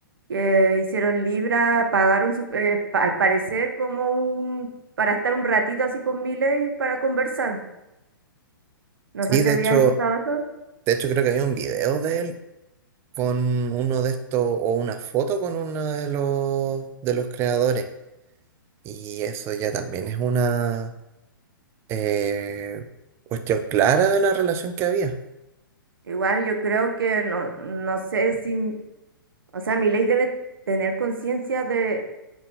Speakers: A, on the right; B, on the right.
A: que hicieron Libra, pagaron su- eh, pa- al parecer como un, para estar un ratito así con Milei para conversar. No
B: Sí,
A: sé si
B: de
A: habías
B: hecho,
A: escuchado eso.
B: de hecho creo que había un video de él con uno de estos, o una foto con uno de los de los creadores. Y eso ya también es una eh, cuestión clara de la relación que había.
A: Igual yo creo que no, no sé si O sea, mi debe tener conciencia de